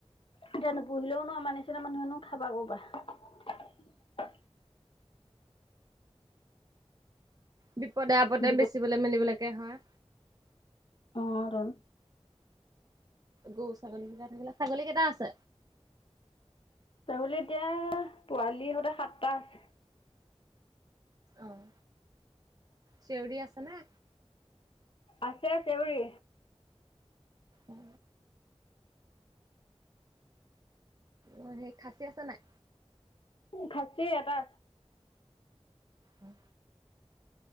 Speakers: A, on the left; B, on the right.
A: এতিয়া নুপোহিলেও নোৱাৰ মাৰ নিচিনা মানুহেনো খাবা কঁপা।
B: বিপদে আপদে
A: বিপদ
B: বেচিবলৈ মেলিবলৈকে হয়
A: অ টোন
B: গৰু ছাগলী কেইটা আছে?
A: ছাগলী এতিয়া পোৱালি সৈতে সাতটা আছে।
B: আহ, চেউৰি আছে নে?
A: আছে আছে চেওৰি
B: উম অ সেই খাচী আছা নাই?
A: খাছিএটা
B: উম